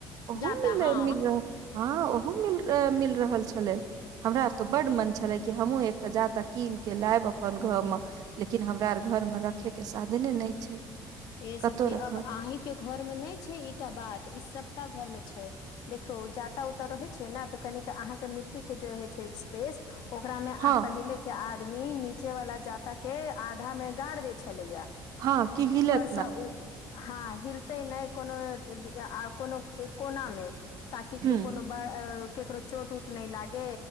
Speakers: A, on the right; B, on the left.
A: ओहू
B: जाता
A: नहीं
B: हँ
A: मिल रहल हँ ओहू नहीं टामिल रहल छलै हमरा त बड मन छलै कि हमहू एक त जा तऽ कीन के लायब अपन घर मे लेकिन हमरा आर घरमे रखयके साधने नय छै
B: ए सखी
A: कतहु रखब
B: अब अहीं के घर में नहि छै ईटा बात ईआब सबघर में छै देखिऊ जाता उता रहैत छै ने तऽ कनिक अहाँके मिट्टी के जे रहैत छै स्पेस ओकरा मे
A: हँ
B: अ पहिले के आदमी नीचे वाला जाँता के आधा मे गाड़ देय छलैया
A: हँ की हीलक
B: स ऊ हँ हिलते नै कोनो कोनो कोना मे ताकि
A: हुं
B: कोनो ब केकरो चोट उट नै लागे